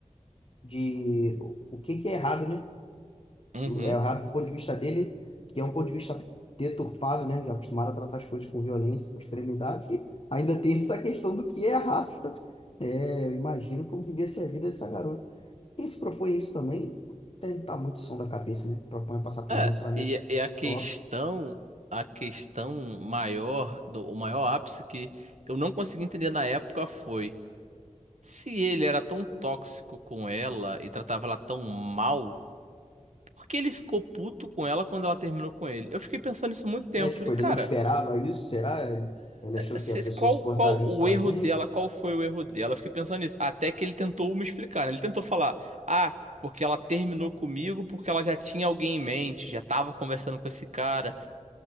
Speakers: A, on the left; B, on the right.
A: de o o que que é errado, né?
B: Uhum.
A: É errado do ponto de vista dele, que é um ponto de vista deturpado, né? Já acostumado a tratar as coisas com violência, com extremidade. E ainda tem essa questão do que é errado. É, eu imagino como devia ser a vida dessa garota. Quem se propõe isso também tem que estar muito som da cabeça, né? Propõe passar por
B: É,
A: um relacionamento
B: e, e a questão,
A: tóxico
B: a questão maior, do, o maior ápice que eu não consegui entender na época foi se ele era tão tóxico com ela e tratava ela tão mal, por que ele ficou puto com ela quando ela terminou com ele? Eu fiquei pensando nisso muito tempo.
A: É, tipo,
B: Falei,
A: ele
B: cara,
A: não esperava isso, será? Ele, ele achou
B: se-
A: que a pessoa
B: se- qual,
A: suportaria
B: qual o
A: isso para
B: erro
A: sempre?
B: dela? Qual foi o erro dela? Eu fiquei pensando nisso. Até que ele tentou me explicar, né? Ele tentou falar, ah, porque ela terminou comigo porque ela já tinha alguém em mente, já tava conversando com esse cara.